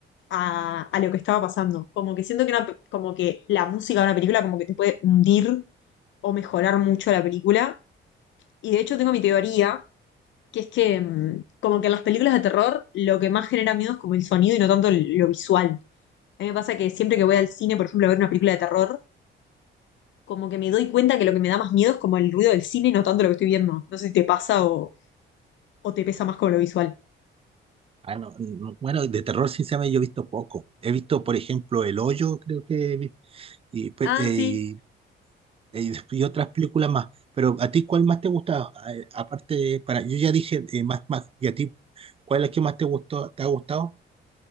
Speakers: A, on the left; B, on the right.
A: a, a lo que estaba pasando. Como que siento que, una como que la música de una película como que te puede hundir o mejorar mucho la película. Y de hecho tengo mi teoría, que es que mm, como que en las películas de terror lo que más genera miedo es como el sonido y no tanto el- lo visual. A mí me pasa que siempre que voy al cine, por ejemplo, a ver una película de terror, como que me doy cuenta que lo que me da más miedo es como el ruido del cine y no tanto lo que estoy viendo. No sé si te pasa o, o te pesa más con lo visual.
B: Ah, no, no, bueno, de terror sinceramente yo he visto poco. He visto, por ejemplo, El Hoyo, creo que, vi- y, pe-
A: Ah,
B: eh,
A: sí.
B: y- y otras películas más. Pero ¿a ti cuál más te gustaba? Eh, Aparte, para, yo ya dije eh, más, más, ¿y a ti cuál es la que más te gustó, te ha gustado?